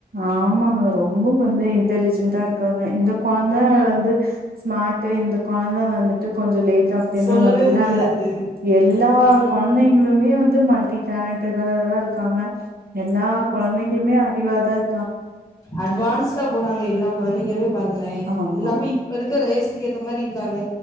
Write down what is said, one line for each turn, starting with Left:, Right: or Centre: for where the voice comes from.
Right: ஆமாங்க ரொம்ப வந்து இன்டலிஜென்டா இருக் காங்க இந்த கொழந்தை
Left: ம்
Right: வந்து ஸ்மார்ட் இந்த கொழந்தை வந்துட்டு கொஞ்சம் லேட் அப்டின்ற
Left: சொல்லவே
Right: மாதிரில்லாம்
Left: முடியாது
Right: இல்ல எல்லா
Left: ம்
Right: கொழந்தைங்களுமே வந்து மல் டி டேலண்டா தான் தா இருக் இருக்காங்க எல்லா கொழந்தைங்களுமே அறிவாதான் இரு
Left: அட்வான்ஸ் டா போறாங்க எல்லா கொழந்தைகளுமே பாருங்களேன்
Right: ஆமா
Left: எல்லாமே இப்ப இருக்க ரேஸு க்கு ஏத்த மாரி இருக்காங்க